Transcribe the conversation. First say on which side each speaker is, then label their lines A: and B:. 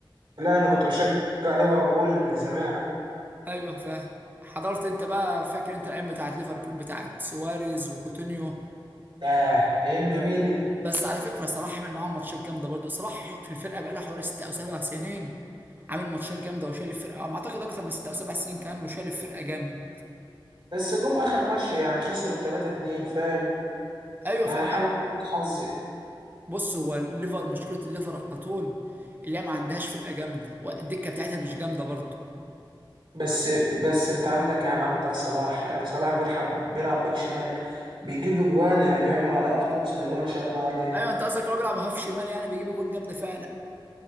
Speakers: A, on the right; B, on the right.
A: لا انا كنت بشجع ليفربول من زمان
B: ايوه فاهم حضرت انت بقى فاكر انت الايام بتاعت ليفربول بتاعت سواريز وكوتينيو
A: آه ايام جميلة
B: بس على فكره صلاح عمل معاهم ماتشات جامده برضه صلاح في الفرقه بقاله حوالي ست او سبع سنين عامل ماتشات جامده وشايل الفرقه ما اعتقد اكتر من ست او سبع سنين كان وشايل الفرقه جامد
A: بس جم اخر ماتش يعني خسروا 3-2 فاهم
B: ايوه
A: يعني
B: فاهم
A: حاجة برضه حظ
B: بص هو الليفر مشكله الليفر على طول اللي هي ما عندهاش فرقه جامده والدكه بتاعتها مش جامده برضه
A: بس بس انت عندك يعني عندك صلاح يعني صلاح بيلعب بيلعب باك شمال بيجيب اجوان يعني بيعمل على ارتو بسم الله ما شاء الله عليه
B: ايوه انت قصدك هو بيلعب هاف شمال يعني بيجيب جون جامده فعلا